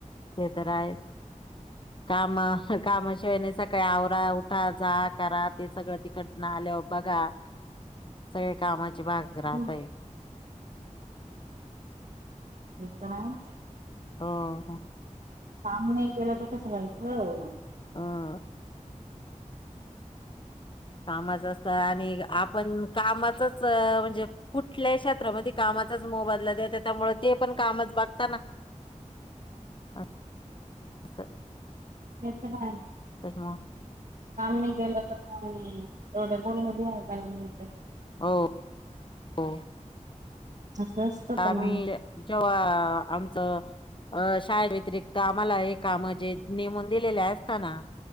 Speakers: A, on the left; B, on the right.
A: हे तर आहेच कामा कामाशिवायने सकाळी आवरा तिथं जा करा ते सगळं तिकडन आल्यावर बघा सगळे कामाची चिबाग घरात
B: हम्म,
A: हाय
B: विकम नायच
A: अम हम्म
B: काम नाही केल तर कसं व्हायचं
A: अम कामाच असत आणि आपण कामाचच म्हणजे कुठल्या क्षेत्रामध्ये कामा कामच च मोबादला देत त्यामुळे ते पण कामच बगता ना. अन स
B: येत नाय.
A: आ.
B: काम नाही केलं तर मग येवढं बोलण बी पण ऐकायला मिळत.
A: ओ हो.
B: असं असतं
A: आम्ही
B: पण आणि
A: जेव्हा आमचं. अ शाळे व्यतिरिक्त आम्हाला ए काम जे नेमून दिलेले असताना.